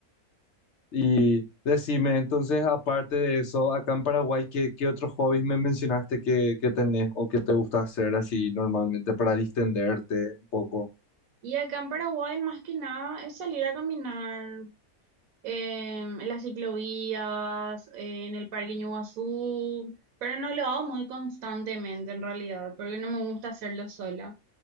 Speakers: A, on the left; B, on the right.
A: Y decime, entonces, aparte de eso, acá en Paraguay, ¿qué, qué otros hobbies me mencionaste que, que tenés o que te gusta hacer así normalmente para distenderte un poco?
B: Y acá en Paraguay, más que nada, es salir a caminar eh, en las ciclovías, eh, en el Parque Ñuazú, pero no lo hago muy constantemente en realidad, porque no me gusta hacerlo sola.